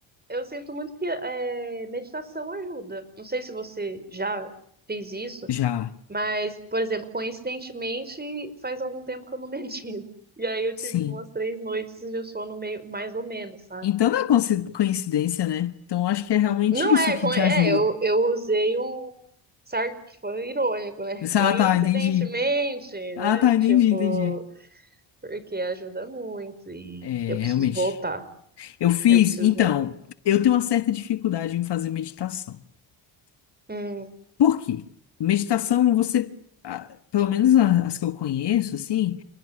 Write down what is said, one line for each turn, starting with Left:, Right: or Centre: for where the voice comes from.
Right: eu sinto muito que é, meditação ajuda. Não sei se você já fez isso,
Left: Já.
Right: Mas, por exemplo, coincidentemente, faz algum tempo que eu não <laughs> medito. E aí eu tive
Left: Sim.
Right: umas três noites de sono meio mais ou menos, sabe?
Left: Então não é conci- coincidência, né? Então acho que é realmente
Right: Não
Left: isso
Right: é,
Left: que
Right: co-
Left: te
Right: é,
Left: ajuda.
Right: eu, eu usei um sar- foi irônico, né? Coincidentemente,
Left: Ah, tá, entendi.
Right: né?
Left: Ah, tá,
Right: Tipo,
Left: entendi, entendi.
Right: porque ajuda muito e
Left: É,
Right: eu preciso
Left: realmente.
Right: voltar.
Left: Eu fiz,
Right: Eu preciso
Left: então,
Right: voltar.
Left: eu tenho uma certa dificuldade em fazer meditação.
Right: Hum.
Left: Por quê? Meditação, você, ah, pelo menos a- as que eu conheço, assim,